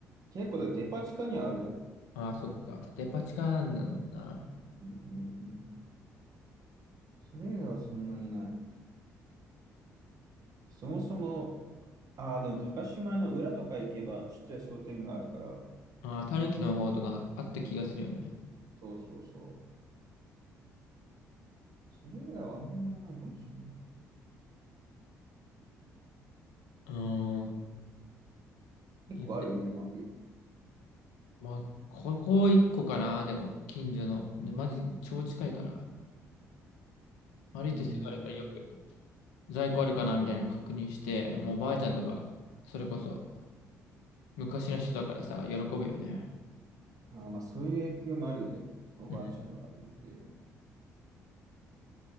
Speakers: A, on the right (about 45°); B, on the left (about 70°).
A: 結構だデパ地下にはあるよ。
B: ああ、そっか。デパ地下なんだもんな。
A: うんうんうん。それ以外はそんなにない。そもそも、ああ、でも高島の裏とか行けばちっちゃい商店があるから、
B: ああ、たぬの方とかあった気がするよね。
A: そうそうそう。それ以外はあんまないかもしれない。
B: うーん。
A: 結構ある家もある。
B: いやでまあ、ここ一個かな、でも、近所の。で、マジ、超近いから。歩いてすぐあるからよく
A: うーん。
B: 在庫あるかなみたいなの確認して、もうばあちゃんとか、それこそ昔の人だからさ、喜ぶよね。
A: ああ、まあそういう影響もあるよね。おばあちゃんがいるっていう。
B: うん